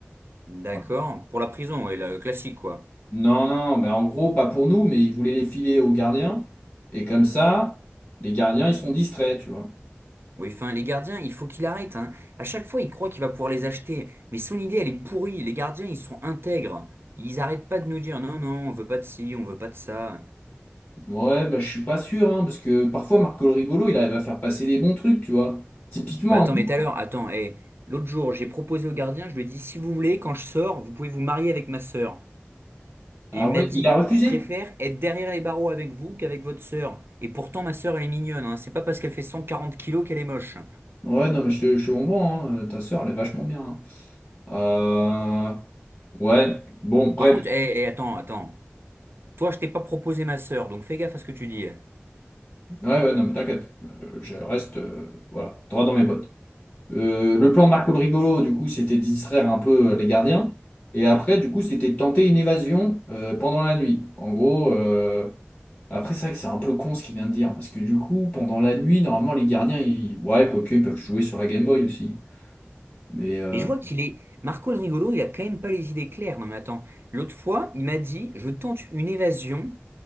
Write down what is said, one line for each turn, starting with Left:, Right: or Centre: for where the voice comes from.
Right: d'accord.
Left: Voilà.
Right: Pour la prison, ouais, le classique quoi.
Left: Non, non, mais en gros, pas pour nous, mais il voulait les filer aux gardiens, et comme ça, les gardiens, ils sont distraits, tu vois.
Right: Oui, enfin, les gardiens, il faut qu'il arrête, hein. À chaque fois, il croit qu'il va pouvoir les acheter. Mais son idée, elle est pourrie. Les gardiens, ils sont intègres. Ils arrêtent pas de nous dire, non, non, on veut pas de ci, on veut pas de ça.
Left: Ouais, bah, je suis pas sûr, hein, parce que parfois Marco le Rigolo, il arrive à faire passer des bons trucs, tu vois. Typiquement,
Right: Bah attends,
Left: un moment-
Right: mais tout à l'heure, attends, hé. L'autre jour, j'ai proposé au gardien, je lui ai dit, si vous voulez, quand je sors, vous pouvez vous marier avec ma sœur.
Left: ah
Right: Et il
Left: ouais,
Right: m'a dit,
Left: il a refusé.
Right: je préfère être derrière les barreaux avec vous qu'avec votre sœur. Et pourtant, ma sœur, elle est mignonne, hein. C'est pas parce qu'elle fait 140 kilos qu'elle est moche.
Left: Ouais, non, mais je te, je te comprends, hein, euh, ta sœur, elle est vachement bien. hein. Euh, Ouais, bon, bref.
Right: Par contre, hé, hé, attends, attends. Toi, je t'ai pas proposé ma sœur, donc fais gaffe à ce que tu dis.
Left: Ouais, ouais, non, mais t'inquiète, Euh, je reste, euh, voilà, droit dans mes bottes. Euh, le plan de Marco le Rigolo, du coup, c'était de distraire un peu euh, les gardiens. Et après, du coup, c'était de tenter une évasion euh, pendant la nuit. En gros. euh, Après, c'est vrai que c'est un peu con ce qu'il vient de dire, parce que du coup, pendant la nuit, normalement, les gardiens, ils... ouais, quoique, ils peuvent jouer sur la Game Boy aussi. Mais euh,
Right: Mais je vois qu'il est. Marco le rigolo, il a quand même pas les idées claires. Non, mais attends. L'autre fois, il m'a dit, je tente une évasion,